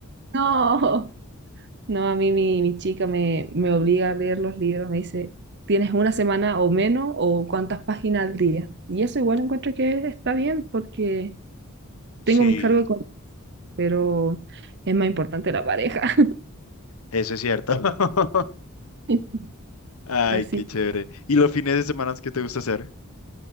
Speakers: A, on the right (about 50°); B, on the left (about 75°).
A: No, <laughs> no, a mí mi, mi chica me, me obliga a leer los libros, me dice, tienes una semana o menos o cuántas páginas al día. Y eso igual encuentro que está bien porque
B: Sí,
A: tengo mis cargos económicos, pero es más importante la pareja.
B: eso es cierto. <laughs>
A: <laughs>
B: Ay,
A: Así,
B: qué chévere. ¿Y los fines de semana qué te gusta hacer?